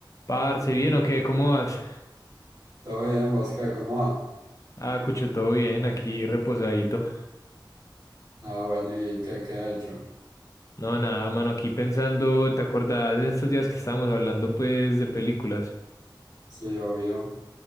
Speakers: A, on the left (about 40°); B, on the right (about 55°).
A: Parce, ¿bien o qué? ¿Cómo vas?
B: Todo bien, ¿vos qué? ¿Cómo va?
A: Ah, Cucho, todo bien, aquí reposadito.
B: Ah, bueno, ¿y qué, qué ha hecho?
A: No, nada, mano, aquí pensando, ¿te acordás de estos días que estábamos hablando, pues, de películas?
B: Sí, obvio.